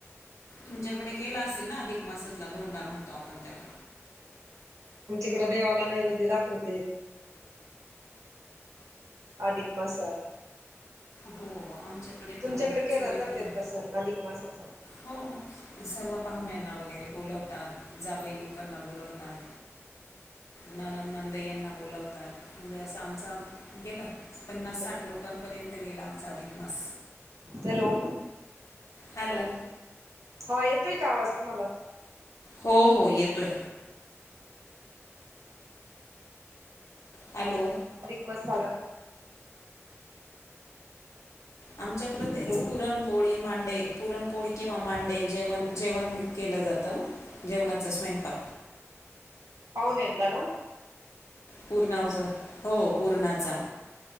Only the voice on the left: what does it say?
तुमच्याकडे केला असेल ना. अधिक मासातला धोंडा म्हणतो आपण त्याला.
हो आमच्याकडे
पण मग
चालत
नाही
हो सर्व. पाहुण्यांना वगैरे बोलवतात, जावई लोकांना बोलवतात. ननंद नांदयांना बोलवतात. म्हणजे असं आमच गेलं पन्नास
साठ लोकांपर्यंत. गेला आमचा अधिक मास.
हॅलो.
हो हो येतोय. हॅलो.
आमच्याकडे तेच
पुरणपोळी मांडे. पुरणपोळी किंवा मांडे. जेवण. जेवण केलं जातं, जेवणाचा स्वयंपाक
पूर्णावजा, हो पुराणाचा.